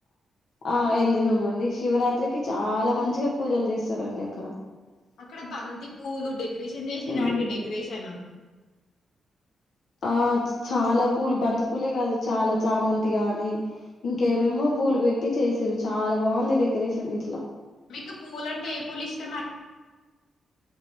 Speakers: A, on the left; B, on the left.
A: ఆ వెళ్ళినామండి శివరాత్రికి చాలా మంచిగా పూజలు చేస్తారండి అక్కడ
B: అక్కడ బంతి పూలు డెకరేషన్ చేసి
A: హ్మ్.
B: రండి డెకరేషన్
A: ఆ చాలా పూలు బంతి పూలే కాదు చాలా చామంతి గాని ఇంకేమేమో పూలు పెట్టి చేసారు చాలా బాగుంది డెకరేషన్ ఇట్లా
B: మీకు పూలంటే ఏ పూలు ఇష్టమండి?